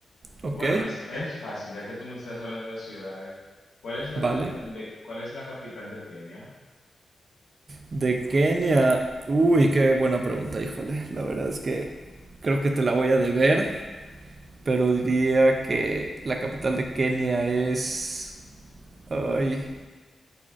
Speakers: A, on the right (about 50°); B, on the left (about 80°).
A: Ok,
B: Bueno, es, es fácil, ya que tú me estás hablando de ciudades. ¿Cuál es la
A: vale.
B: capital de, cuál es la capital de Kenia?
A: De Kenia. Uy, qué buena pregunta, híjole. La verdad es que creo que te la voy a deber, pero diría que la capital de Kenia es... Ay,